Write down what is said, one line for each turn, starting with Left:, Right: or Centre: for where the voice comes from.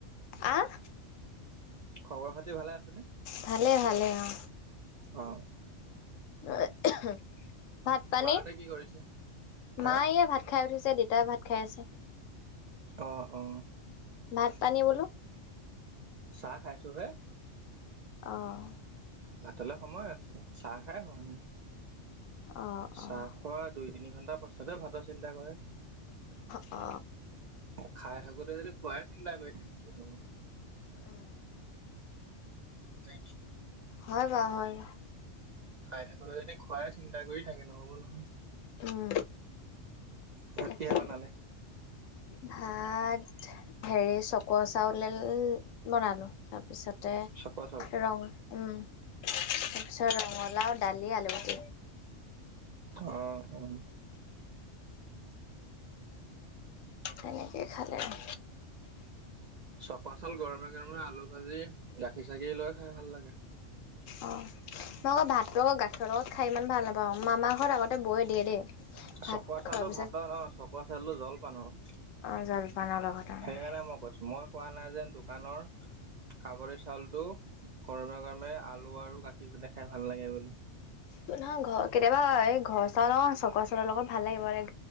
Left: আহ।
Right: খবৰ খাতি ভালে আছেনে।
Left: ভালে ভালে অ।
Right: অ।
Left: এ আ হু ভাত পানী
Right: মাহঁতে কি কৰিছে? হা
Left: মায়ে ভাত। খাই উঠিছে দেউতাই ভাত খাই আছে।
Right: অ অ।
Left: ভাত পানী বোলো।
Right: চাহ খাইছো হে।
Left: অঁ।
Right: ভাতলৈ সময় আছে চাহ খোৱাই হোৱা নাই।
Left: অ'
Right: চাহ
Left: অ'
Right: খোৱা দুই - তিনি ঘণ্টাৰ পাছতে ভাতৰ চিন্তা কৰে।
Left: অ।
Right: খাই থাকোতে যদি খোৱাই চিন্তা কৰি থাকে অ।
Left: উম।
Right: নেকি?
Left: হয় বাৰু হয়।
Right: খাই থাকোতে যদি খোৱাই চিন্তা কৰি থাকে নহ'ব নহয়।
Left: উম।
Right: ভাত
Left: তাকে
Right: কিহে বনালে?
Left: ভাত হেৰি চকোৱা চাউলডাল বনালো। তাৰপিছতে
Right: চকোৱা চাউল
Left: ৰং উম। তাৰপিছত ৰঙালাও, দালি, আলু ভাজি।
Right: অ, উম।
Left: তেনেকেই খালে আৰু।
Right: চপা চাউল গৰমে গৰমে আলু ভাজি, গাখীৰ - চাকিৰ লৈ খাই ভাল লাগে।
Left: অঁ মই আকৌ ভাতটো আকৌ গাখীৰৰ লগত খাই ইমান ভাল নাপাওঁ, মামাৰ ঘৰত আগতে বয়ে দিয়ে দেই। ভাত
Right: চকোৱা চাউলো
Left: খোৱাৰ পিছত
Right: ভাতৰ অ চকোৱা চাউলো জল পান অ। সেইকাৰণে
Left: অঁ জলপানৰ লগত অঁ
Right: মই কৈছো, মই কোৱা নাই যেন দোকানৰ কাবৰি চাউলটো গৰমে - গৰমে আলু আৰু গাখীৰ সতে খাই ভাল লাগে বুলি।
Left: নহয় ঘৰ কেতিয়াবা এই ঘৰ চাউলৰ চকোৱা চাউলৰ লগত ভাল লাগিব ৰে